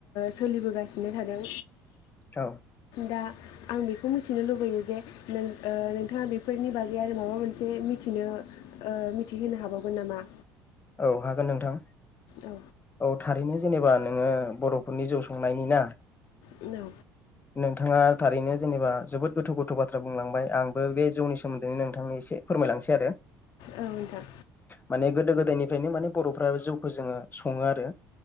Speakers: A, on the left; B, on the left.
A: सोलिबोगासिनो थादों
B: औ
A: दा आं बेखौ मिथिनो लुुबैयो जे नोंथाङा बेफोरनि बागै आरो माबा मोनसे मिथिनो मिथिहोनो हाबावगोन नामा
B: औ हागोन नोंथां
A: औ
B: औ थारैनो जेनेबा नोङो बर'फोरनि जौ संनायनि ना
A: औ
B: नोंथाङा थारैनो जेनेबा जोबोद गोथौ गोथौ बाथ्रा बुंलांबाय आंबो बे जौनि सोमोन्दैनो नोंथांनि एसे फोर फोरमायलांसै आरो
A: औ नोंथां
B: माने गोदो गोदायनिफ्रायनो माने बर'फ्रा जौखौ जोङो सङो आरो